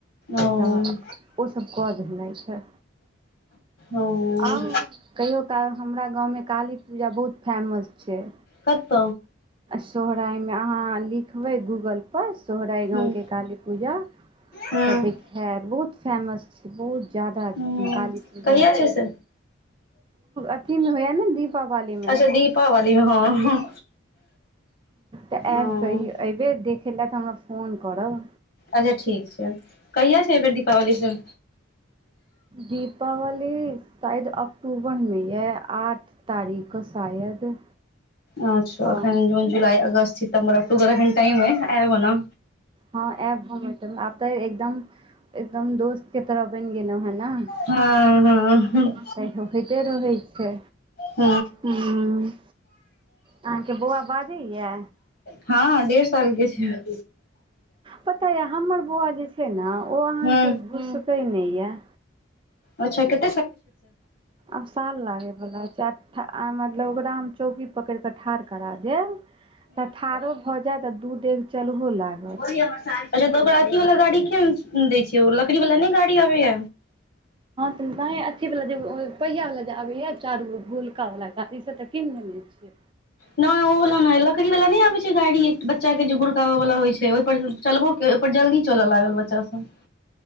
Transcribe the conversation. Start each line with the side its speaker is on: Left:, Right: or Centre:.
Left: ओ
Right: तऽ ओसभ कऽ देनाथ हए
Left: ओ
Right: आउ कहियो काल हमरा गाँवमे काली पूजा बहुत फैमस छै
Left: कत
Right: सोहराइ मे अहाँ लिखबै गूगल प सोहराइ
Left: हूँ
Right: गाँवके काली पूजा
Left: हूँ
Right: तऽ देखएत बहुत फैमस छै बहुत जायदा
Left: हूँ
Right: छथिन काली पूजा
Left: कहिया छै से
Right: अथीमे होए न दीपावलीमे
Left: अच्छा दीपावली मे हँ
Right: तऽ आब
Left: ओ
Right: क एबे देखै लए तऽ हमरा फोन करब
Left: अच्छा ठीक छै कहिया छै एहि बेर दीपावली स
Right: दीपावली शायद अक्टूबरमे यऽ आठ तारिख शायद
Left: अच्छा
Right: हँ
Left: अखन जून जुलाई अगस्त सितम्बर अक्टूबर एखन टाइम अय एब ओना
Right: हँ आएब हम आब तऽ एकदम एकदम दोस्त के तरफ बनि गेलो हे ने
Left: हँ हँ
Right: तै होइते रहै छै
Left: हू
Right: ह आहाँके बौआ बाजैया
Left: हँ डेढ़ साल के छै
Right: पता य हमर बौआ जे छै ने ओ अहाँके
Left: हँ
Right: घुसकै नहि य
Left: अच्छा कतेक
Right: आब साल लागैवला छै मतलब ओकरा हम चौकी पकड़ि ठार करा देब त ठारो भ जात दू डेग चलहो लागल
Left: अच्छा तऽ ओकरा अथी वाला गाड़ी किया न दै छीयै ओ लकड़ी वाला नहि गाड़ी आबैय
Right: न अथी वला जे पहिय वला जे आबैए चारू गोलका वाला से तऽ कीन देने छियै
Left: नहि ओ वला नहि लकड़ी वाला नहि आबै छै गाड़ी एक बच्चा के जे गुड़काबऽ वाला होइ छै ओहि पर चलबोे ओपर जल्दी चलऽ लागल बच्चा सब